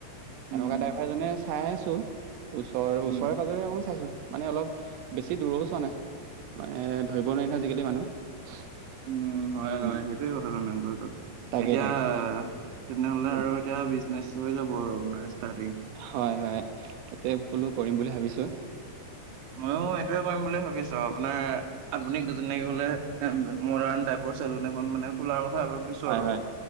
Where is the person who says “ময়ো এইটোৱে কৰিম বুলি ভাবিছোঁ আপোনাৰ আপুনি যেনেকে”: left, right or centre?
Right